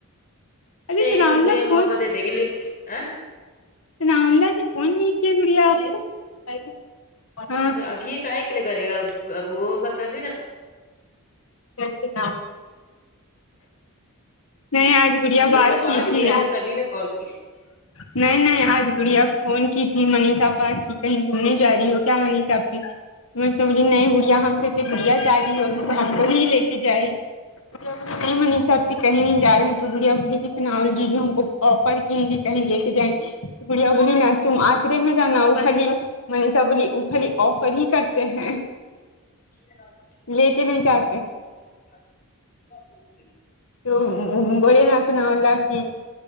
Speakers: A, on the left; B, on the left.
A: ارے
B: نہیں
A: ثناء
B: پھر وہ
A: اللہ
B: گڑیا کو
A: فون
B: موقع دے دیں گے لیک آ
A: اتنا آنلاین تھی فون نہیں کیا گڑیا اپ کو ہاں
B: تو ابھی کاھے کے لگا رہے گا اب تو ابھی نا
A: نا نہیں آج گڑیا بات
B: اس کو
A: کی
B: پاس
A: تھی
B: ملے گا تبھی نا کال کی
A: نہیں نہیں آج گڑیا فون کی تھی منیشا پاس کی کہیں گھومنے جا رہی ہو کیا منیشا کی میں سمجھیی نہیں گڑیا ہم سوچے گڑیا جا رہی ہوگی تو ہم کو نہیں لے کے جائے نہیں مانی سب پھر کہیں نہیں جا رہے ہیں تو بڑیا ابلی کی سناولی جو ہم کو آفر کییں گے کہیں لے کے جائیں گے گڑیا بولی نا تم آچرے میں جانا ہو خالی منیشا بولی اوپلی آفر ہی کرتے ہیں
B: <inaudible>
A: لے کے نہیں جاتے ہیں تو بولے نا سنا اللہ کہ